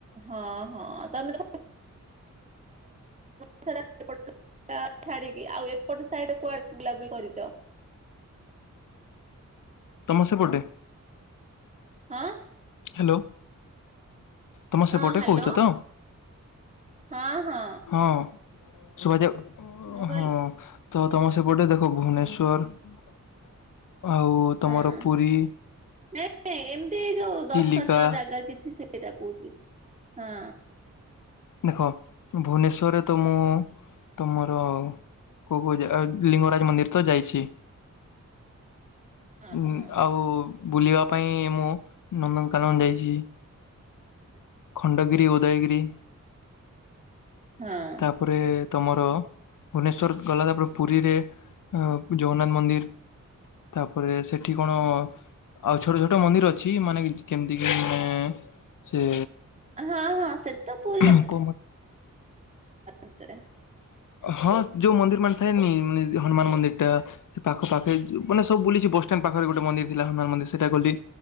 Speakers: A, on the right; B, on the left.
A: ହଁ ହଁ ତମେ <unintelligible> <unintelligible> ଟା ଛାଡିକି ଆଉ ଏପଟ ସାଇଟ କୁଆଡେ ବୁଲାବୁଲି କରିଛ?
B: ତମ ସେପଟେ?
A: ଆଁ?
B: ହ୍ୟାଲୋ। ତମ ସେପଟେ
A: ହଁ ହ୍ୟାଲୋ
B: କହୁଛ ତ
A: ହଁ ହଁ
B: ହଁ। ସୁଭାଯାଉ
A: ମୁଁ
B: ଅଁ
A: କହିଲି
B: ହଁ। ତ ତମ ସେପଟେ ଦେଖ ଭୁବନେଶ୍ୱର ଆଉ ତମର
A: ହଁ।
B: ପୁରୀ
A: ନାଇଁ ନାଇଁ ଏମିତି ଏଇ ଯୋଉ
B: ଚିଲିକା
A: ଦର୍ଶନୀୟ ଜାଗା କିଛି ସେ ସେଇଟା କହୁଛି ହଁ।
B: ଦେଖ ଭୁବନେଶ୍ୱରରେ ତ ମୁଁ ତ ମୋର କୋଉ କୋଉ ଯାଗା ଆ ଲିଙ୍ଗରାଜ୍ ମନ୍ଦିର ତ ଯାଇଛି।
A: ହଁ
B: ଉଁ
A: ହଁ
B: ଆଉ ବୁଲିବା ପାଇଁ ମୁଁ ନନ୍ଦନକାନନ ଯାଇଛି। ଖଣ୍ଡଗିରି ଉଦୟଗିରି
A: ହଁ।
B: ତାପରେ ତମର ଭୁବନେଶ୍ୱର ଗଲା ତାପରେ ପୁରୀରେ ଅଁ ଜଗନ୍ନାଥ ମନ୍ଦିର ତାପରେ ସି ସେଠି କଣ? ଆଉ ଛୋଟ ଛୋଟ ମନ୍ଦିର ଅଛି ମାନେ ଯ କେମିତି କି ମାନେ ସେ
A: ହଁ ହଁ ସେ ତ ପୁରୀ ଯା
B: <unintelligible>
A: ଭିତରେ
B: ହଁ ଯୋଉ ମନ୍ଦିର୍ ମାନେ ଥାଏନି ମାନେ ହନୁମାନ ମନ୍ଦିର୍ ଟା ସେ ପାଖ ପାଖେ ମାନେ ସବୁ ବୁଲିଛି ବଷ୍ଟାଣ୍ଡ ପାଖରେ ଗୋଟେ ମନ୍ଦିର୍ ଥିଲା ହନୁମାନନ୍ଦିର୍ ସେଇଟା ଗଲି।